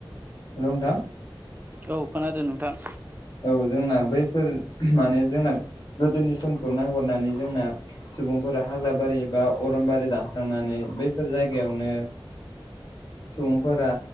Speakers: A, on the left; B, on the right.
A: लंदां
B: औ खोनादों नोंथां।
A: औ जोंना बैफोर माने जोंना गोदोनि समखौ नायहरनानै जोंना सुबुंफोरा हाग्रा बारि एबा अरन बारि दानस्रांनानै बैफोर जायगायावनो सुबुंफोरा